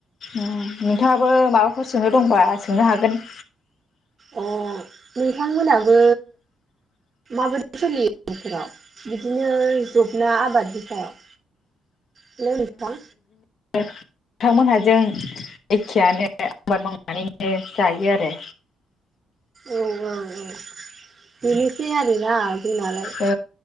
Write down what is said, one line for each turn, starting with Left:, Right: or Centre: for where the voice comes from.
Left: उम नोंथाङाबो माबाफोर सोंनो दंबा सोंनो हागोन।
Right: अ नोंथांमोनाबो माबोरै सोलियो न'खराव बिदिनो जबना आबादनि सायाव‌। हेलौ नोंथां
Left: <unintelligible> नोंथांमोनहाजों एखेयानो आबाद मावनानैनो जायो आरो।
Right: औ-औ-औ बेनोसै आरोना जोंनालाय।
Left: ओ